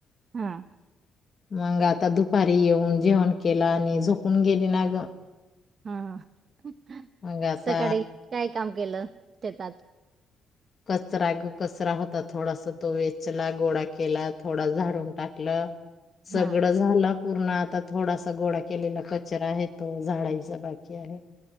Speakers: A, on the right (about 45°); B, on the left (about 40°).
A: हा
B: मग आता दुपारी येऊन जेवण केलं आणि झोपून गेली ना ग.
A: हा ह,
B: मग आता
A: सकाळी काय काम केलं शेतात?
B: कचरा कचरा होता थोडासा तो वेचला, गोळा केला, थोडा झाडून टाकलं. सगळं
A: हा
B: झालं पूर्ण आता थोडासा गोळा केलेला कचरा आहे तो झाडायचा बाकी आहे.